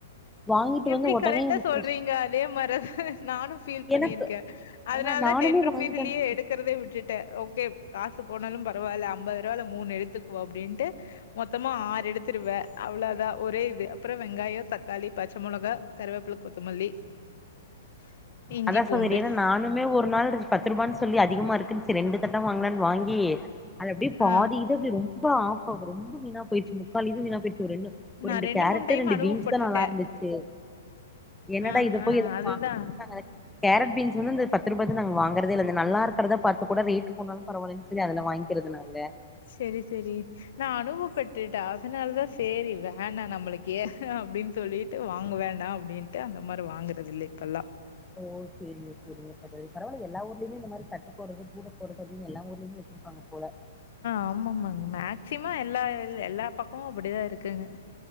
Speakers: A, in the centre; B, on the left.
A: வாங்கிட்டு
B: எப்டி
A: வந்து ஒடனே
B: கரெக்டா
A: நம்ம
B: சொல்றீங்க
A: ஃப்ரெஷ்
B: அதே மாரிதா நானு ஃபீல் பண்ணிருக்க
A: எனக்கு
B: அதனாலதா
A: ஆ நானுமே
B: டென் ருபீஸ்லயே
A: வாங்கிட்டு வந்து
B: எடு க்கறதே விட்டுட்ட ஓகே காசு போனாலு பரவால்ல ஐம்பதுருவால மூணு எடுத்துக்குவோ அப்டின்ட்டு மொத்தமா ஆறு எடுத்துருவே அவ்ளோதா ஒரே இது அப்பற வெங்காய தக்காளி பச்ச மொளகா கருவேப்புல கொத்தமல்லி <inaudible>
A: அதா
B: பூண்டு
A: சகோதரி ஏன்னா நா னுமே ஒரு நாள் பத்து ரூபான் சொல்லி அதிகமா இருக்குன் சரி ரெண்டு தட்டா வாங்கலான்சொல்லி வாங்கி அது அப்டியே பாதி
B: ஆ
A: இது அப்டி ரொம்ப ஆப்பா ரொம்ப வீணா போயிச்சு முக்கால் இது வீணா போயிச்சு ரெண்டு ஒரு
B: நா
A: ரெண்டு கேரட்
B: மூணு டைம்
A: ரெண்டு
B: அனுபவப்பட்டுட்டே
A: பீன்ஸ் தா நல்லாருந்துச்சு என்னடா
B: ஆ
A: இத
B: ஆ
A: போய் எதுக்கு
B: அதுதா
A: வாங் நாங்க கேரட் பீன்ஸ் வந்து இந்த பத்துரூபாது நாங்க வாங்குறதே இல்ல இந்த நல்லா இருக்குறத பாத்து கூட ரேட்டு போனாலு பரவால்லன் ன் அதுல வாங்கிக்கிறது நாங்க
B: செரி செரி நா அனுபவப்பட்டுட்ட அதனாலதா சேரி வேணா நம்மளுக்கு ஏ அப்டின் சொல்லி ட்டு வாங்கவேண்டா அப்டின்ட்டு அந்த மாரி வாங்குறது இல்ல இப்பல்லா
A: ஓ சேரிங்க சேரிங்க சகோதரி பரவால்ல எல்லா ஊர்லயுமே இந்த மாரி தட்டு போடுறது கூட போடுதது எல்லா ஊர்லயுமே வச்சிருக்காங்க போல
B: ஆமா ஆமாங்க மேக்சிம எல்லா எல்லா பக்கமு அப்படிதா இருக்குங்க